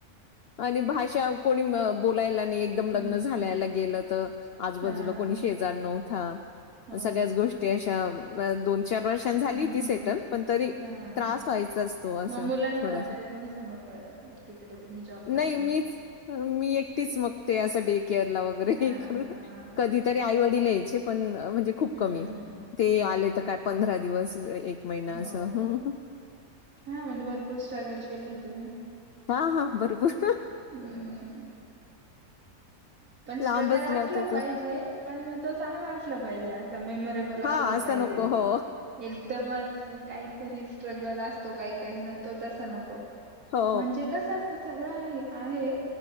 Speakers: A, on the left; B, on the right.
A: आणि भाषा कोणी बोलायला नाही एकदम लग्न
B: हम्म.
A: झाल्याला गेलं तर आजूबाजूला
B: हा
A: कोणी शेजार नव्हता
B: हो
A: सगळ्याच गोष्टी अशा दोन चार वर्षां झाली
B: हम्म
A: ती सेटल
B: हम्म हम्म
A: पण तरी
B: हा.
A: त्रास व्हायचा असतो असं
B: मग मुलांना
A: थोडासा
B: वगैरे कोणी सांभाळ तिकडे तुम्ही जॉब करताना
A: नाही मीच मी एकटीच मगते असं डे केअर ला वगैरे
B: हा
A: हे करून
B: हा हा हा.
A: कधी तरी आईवडील यायचे पण म्हणजे खूप
B: हम्म
A: कमी
B: हम्म हम्म
A: ते
B: हम्म
A: आले
B: हम्म
A: तर काय पंधरा दिवस महिना
B: हो
A: असं. हं, हं.
B: हा म्हणजे भरपूर स्ट्रगल केलंय तुम्ही
A: हा हा बरोबर
B: हम्म पण स्ट्रगल
A: लांब असल्यावर
B: असला
A: त्याच
B: पाहिजे
A: असतं.
B: पण मग तो चांगला असला पाहिजे असं मेमोरेबल असला
A: हा असं
B: पाहिजे
A: नको हो
B: एकदमच- काहीतरी स्ट्रगल असतो काही काही नसतो तसा नको
A: हो
B: म्हणजे कसं असतं सगळं आहे आहे